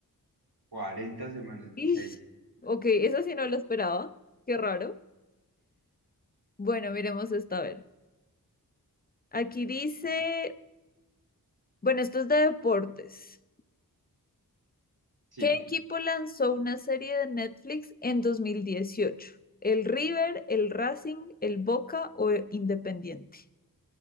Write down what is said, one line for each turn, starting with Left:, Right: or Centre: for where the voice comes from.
Right: cuarenta semanas,
Left: Ish.
Right: dice ahí.
Left: Ok, esa sí no la esperaba. Qué raro. Bueno, miremos esta a ver. Aquí dice,
Right: Ah,
Left: bueno, esto es de deportes.
Right: Sí,
Left: ¿Qué equipo lanzó una serie de Netflix en 2018? ¿El River, el Racing, el Boca o el Independiente?